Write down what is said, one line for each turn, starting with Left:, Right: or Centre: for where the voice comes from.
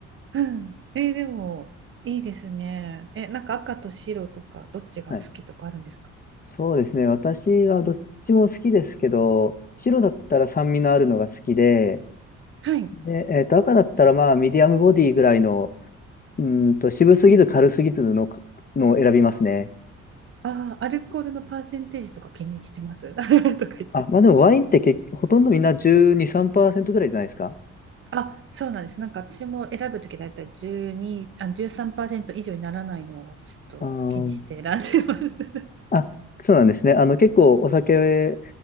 Right: うん。えーでも、いいですね。え、なんか赤と白とか、どっちが好きとかあるんですか
Left: はい。そうですね、私はどっちも好きですけど、白だったら酸味のあるのが好きで、
Right: はい。
Left: で、えっと、赤だったら、まあ、ミディアムボディぐらいの、うーんと、渋すぎず軽すぎずの、
Right: うん。
Left: のを選びますね。
Right: ああ、アルコールのパーセンテージとか気にしてます <laughs> とか言って。
Left: あ、まあでもワインって結ほとんどみんな12、3%ぐらいじゃないですか。
Right: あ、そうなんです。なんか私も選ぶときだいたい12、あ、じゅうさんパーセン3以上にならないのをちょっと気にして選んでます。
Left: あー、
Right: <laughs>
Left: あ、そうなんですね。あの、結構お酒